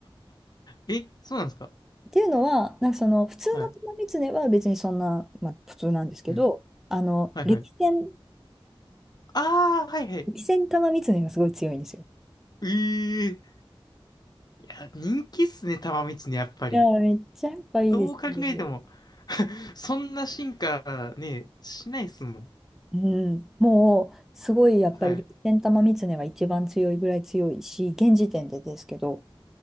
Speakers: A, on the left; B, in the centre.
A: い。<laughs> え、そうなんですか。
B: っていうのは、なんかその、普通の玉狐は別にそんな、
A: はい。
B: まあ普通なんですけど、
A: うん。
B: あの、
A: はいはい
B: 歴戦、
A: ああ、はいはい。
B: 歴戦玉狐がすごい強いんですよ。
A: ええいや、人気っすね、玉三つね、やっぱり。
B: いやー、めっちゃやっぱいいですよ。
A: どう考えても <laughs> そんな進化ね、しないっすもん。
B: うん、もう、すごいやっぱり歴戦玉ねは一番強いぐらい強いし、
A: はい。
B: 現時点でですけど、